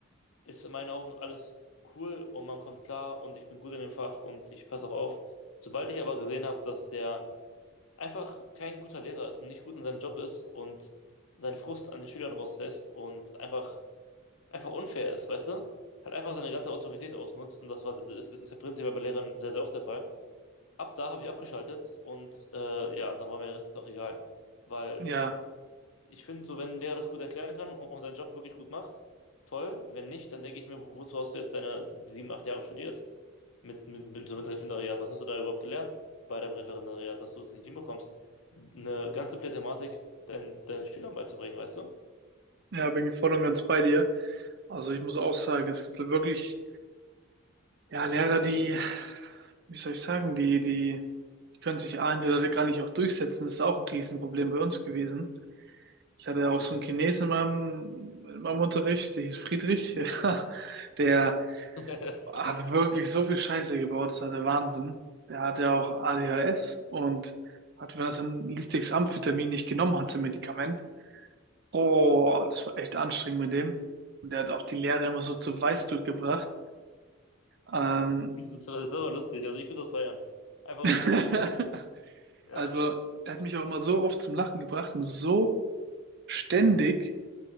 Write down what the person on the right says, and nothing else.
Ja,
ja, bin ich voll und ganz bei dir. Also ich muss auch sagen, es gibt wirklich, ja, Lehrer, die, wie soll ich sagen, die, die, die können sich A, entweder gar nicht auch durchsetzen. Das ist auch ein Riesenproblem bei uns gewesen. Ich hatte
auch so einen Chinesen in meinem, in meinem Unterricht, der hieß Friedrich, <laughs> ja, der
hat wirklich so viel Scheiße gebaut, das war der Wahnsinn. Der hatte auch ADHS und hat, wenn er sein listiges Amphetamin nicht genommen hat, sein Medikament, Oh, das war echt anstrengend mit dem. Und der hat auch die Lehrer immer so zur Weißglut gebracht. Ähm,
<laughs>
also,
er hat mich auch mal so oft zum Lachen gebracht und so ständig,